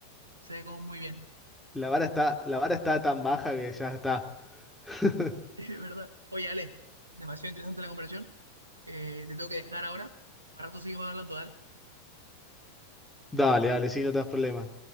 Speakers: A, on the right; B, in the centre.
A: se ve como muy bien.
B: la vara está, la vara está tan baja que ya está. <laughs>
A: <laughs> Sí, ¿verdad? Oye, Ale, demasiado interesante la conversación. Eh, te tengo que dejar ahora. Más rato seguimos hablando, dale.
B: Dale, dale, sí, no te das problema.